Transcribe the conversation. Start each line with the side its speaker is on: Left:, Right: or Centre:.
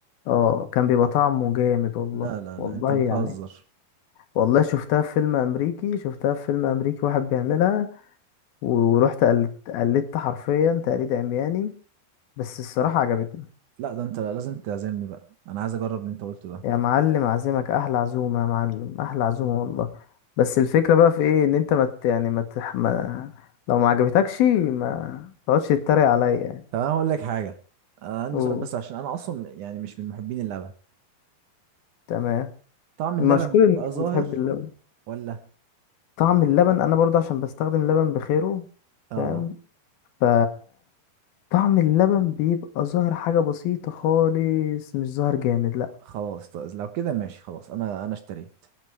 Left: اه كان بيبقى طعمه جامد والله
Right: لا لا
Left: والله
Right: لا انت بتهزر
Left: يعني والله شفتها في فيلم امريكي شفتها في فيلم امريكي واحد بيعملها ورحت قلدت قلدت حرفيا تقليد عمياني بس الصراحة عجبتني
Right: لا ده انت لازم تعزمني بقى انا عايز اجرب اللي انت قلته ده
Left: يا معلم عزمك احلى عزومة يا معلم احلى عزومة والله بس الفكرة بقى في ايه ان انت ما مت يعني ما مت ما لو ما عجبتكش ما تقعدش تتريق عليا يعني
Right: طب انا هقول لك حاجه انا عندي
Left: اوه
Right: سؤال بس عشان انا اصلا يعني مش من محبين اللبن
Left: تمام
Right: طعم
Left: مشكور
Right: اللبن بيبقى
Left: ان الناس
Right: ظاهر
Left: بتحب اللبن
Right: ولا
Left: طعم اللبن انا برضه عشان بستخدم لبن بخيره
Right: اه
Left: فاهم ف طعم اللبن بيبقى ظاهر حاجة بسيطة خالص مش ظاهر جامد لا
Right: خلاص طيب لو كده ماشي خلاص انا انا اشتريت